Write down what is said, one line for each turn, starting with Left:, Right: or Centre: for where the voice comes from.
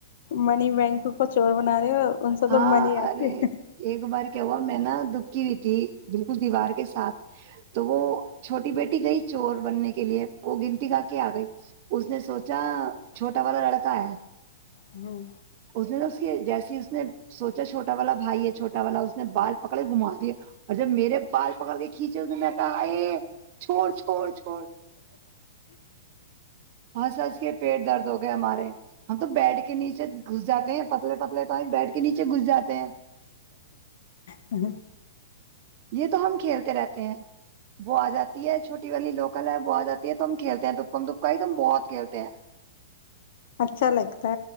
Left: منی بینک کو چور بنا رہے ہو ان سے
Right: ہاں
Left: تو منی آتی
Right: ارے
Left: ہے
Right: ایک بار کیا ہوا میں نا دپ کی ہوئی تھی بالکل دیوار کے ساتھ تو وہ چھوٹی بیٹی گئی چور بننے کے لیے وہ گنتی گا کے آ گئی اس نے سوچا چھوٹا ہمارا لڑکا ہے
Left: ہمم
Right: اس نے تو اس کی جیسے ہی اس نے سوچا چھوٹا والا بھائی ہے چھوٹا والا اس نے بال پکڑ کے گھما دیا اور جب میرے بال پکڑ کے کھینچے اس نے میں کہا ہاے چھوڑ چھوڑ چھوڑ ہنس ہنس کے پیٹ درد ہو گئے ہمارے ہم تو بیڈ کے نیچے گھس جاتے ہیں پتلے پتلے تو بیڈ کے نیچے گھس جاتے ہیں
Left: ہ
Right: یہ تو ہم کھیلتے رہتے ہیں وہ آ جاتی ہے چھوٹی والی لوکل آ جاتی ہے تو ہم کھیلتے ہیں دپکم دپکای تم بہت کھیلتے ہیں
Left: اچھا لگتا